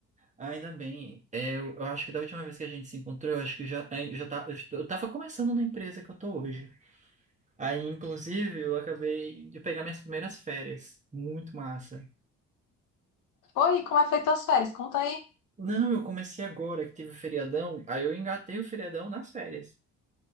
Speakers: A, on the right; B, on the left.
A: Ainda bem. É, eu, eu acho que da última vez que a gente se encontrou, eu acho que já, ai, já tá, eu est- eu tava começando na empresa que eu tô hoje. Aí, inclusive, eu acabei de pegar minhas primeiras férias. Muito massa.
B: Oi, como é feito as férias? Conta aí.
A: Não, eu comecei agora que teve o feriadão, aí eu engatei o feriadão nas férias.